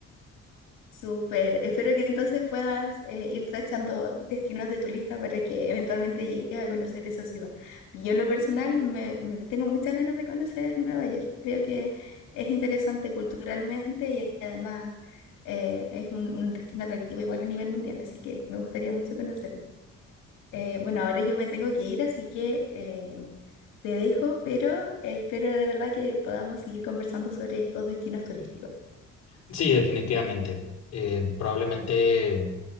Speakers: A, on the left; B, on the left.
A: Súper. Espero que entonces puedas eh, ir tachando destinos de tu lista para que eventualmente llegues a conocer esa ciudad. Yo en lo personal me, me tengo muchas ganas de conocer Nueva York. Creo que es interesante culturalmente y además eh, es un, un destino atractivo igual a nivel mundial, así que me gustaría mucho conocerlo. Eh, bueno, ahora yo me tengo que ir, así que eh, te dejo, pero espero de verdad que podamos seguir conversando sobre estos destinos turísticos.
B: Sí, definitivamente. Eh, probablemente